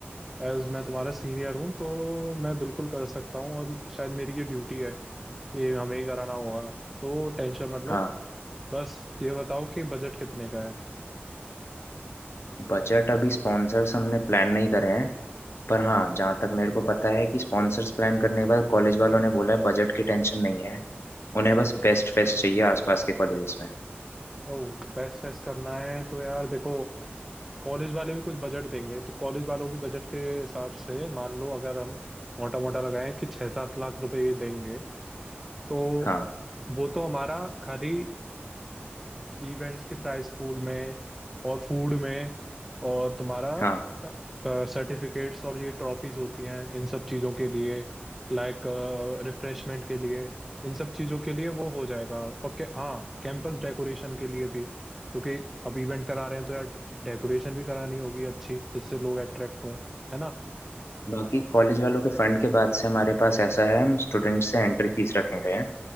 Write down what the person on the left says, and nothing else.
हाँ
बजट अभी स्पॉन्सर्स हमने प्लान नहीं करे हैं पर हाँ जहाँ तक मेरे को पता है कि स्पॉन्सर्स प्लान करने के बाद कॉलेज वालों ने बोला है बजट की टेंशन नहीं है उन्हें बस
बेस्ट फेस्ट चाहिए आसपास के कॉलेजेस में
हाँ
हाँ
बाकी कॉलेज वालों के फंड के बाद से हमारे पास ऐसा है हम स्टूडेंट से एंट्री फीस रखे गए हैं